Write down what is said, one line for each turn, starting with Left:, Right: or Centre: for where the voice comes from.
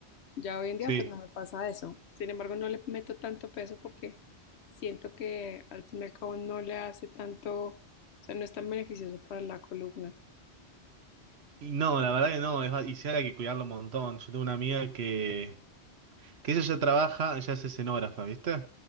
Left: Ya hoy en día
Right: sí.
Left: pues no me pasa eso. Sin embargo, no le meto tanto peso porque siento que al fin y al cabo no le hace tanto, o sea, no es tan beneficioso para la columna.
Right: Y no, la verdad que no, es, va- y sí ahora hay que cuidarlo un montón. Yo tengo una amiga que, que ella ya trabaja, ella es escenógrafa, ¿viste?